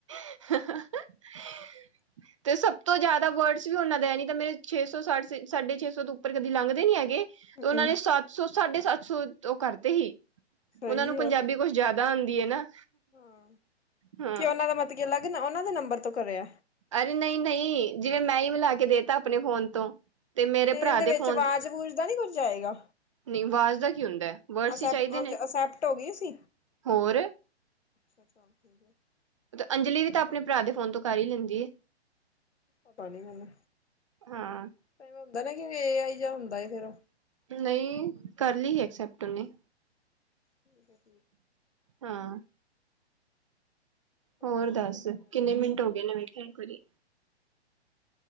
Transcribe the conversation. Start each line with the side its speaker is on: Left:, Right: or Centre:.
Right: <inaudible>
Left: <inaudible>
Right: ਤੇ ਸਭ ਤੋਂ ਜ਼ਿਆਦਾ ਵਰਡਸ ਵੀ ਉਹਨਾਂ ਦਾ ਨੀ ਤਾਂ ਮੇਰੇ ਛੇ ਸੌ ਸਾ ਸਾੇ ਛੇ ਸੌ ਤੋਂ ਉੱਪਰ ਕਦੀ ਲੰਘਦੇ ਨੀ ਹੈਗੇ
Left: ਹੂੰ
Right: ਉਹਨਾਂ ਨੇ ਸੱਤ ਸੌ ਸਾਢੇ ਸੱਤ ਸੌ ਉਹ ਕਰਤੇ ਸੀ
Left: ਸਹੀ
Right: ਉਹਨਾਂ ਨੂੰ ਪੰਜਾਬੀ
Left: ਹੈ
Right: ਕੁੱਛ ਜਿਆਦਾ ਹੁੰਦੀ ਹੈ ਨਾ
Left: ਹਾਂ,
Right: ਹਾਂ
Left: ਕਿ ਉਹਨਾਂ ਦਾ ਮਤਲਬ ਅਲੱਗ ਨਾ ਉਹਨਾਂ ਦੇ ਨੰਬਰ ਤੋਂ ਕਰਿਆ
Right: ਅਰੇ ਨਹੀਂ ਨਹੀਂ ਜਿਵੇਂ ਮੈਂ ਹੀ ਮਿਲਾ ਕੇ ਦੇ ਤ ਆਪਣੇ ਫੋਨ ਤੋਂ ਮੇਰੇ
Left: ਤੇ
Right: ਭਰਾ
Left: ਏਦੇ
Right: ਦੇ
Left: ਵਿੱਚ
Right: ਫੋਨ
Left: ਆਵਾਜ਼
Right: ਤੇ
Left: ਵੂਜ ਦਾ ਨੀ ਕੁੱਝ ਆਏਗਾ
Right: ਨਹੀਂ, ਆਵਾਜ਼ ਦਾ ਕੀ ਹੁੰਦਾ ਹੈ ਵਰਡਸ
Left: ਅਸੈਪਟ
Right: ਹੀ ਚਾਹੀਦੇ ਨੇ
Left: ਅਸੈਪਟ ਹੋ ਗਈ ਸੀ
Right: ਹੋਰ
Left: <inaudible>
Right: ਅੰਜਲੀ ਵੀ ਤਾਂ ਆਪਣੇ ਭਰਾ ਦੇ ਫੋਨ ਤੋਂ ਕਰ ਹੀ ਲੈਂਦੀ।
Left: ਪਤਾ ਨੀ ਮੈਨੂੰ
Right: ਹਾਂ
Left: ਵੇ ਹੁੰਦਾ ਨਾ ਕਿ ਇਹ ਆਈ ਜਾ ਹੁੰਦਾ ਫੇਰ ਉਹ
Right: ਨਹੀਂ
Left: ਠੀਕ
Right: ਕਰ ਲਈ ਐਕਸੈਪਟ ਉਹਨੇ
Left: ਠੀਕ ਐ
Right: ਹਾਂ, ਹੋਰ
Left: ਸੁਣਾ
Right: ਦੱਸ
Left: ਕੋਈ ਨਵੀਂ
Right: ਕਿੰਨੇ
Left: ਤਾਜ਼ੀ
Right: ਮਿੰਟ ਹੋ ਗਏ ਨੇ ਵੇਖਿਆ ਇੱਕ ਵਾਰੀ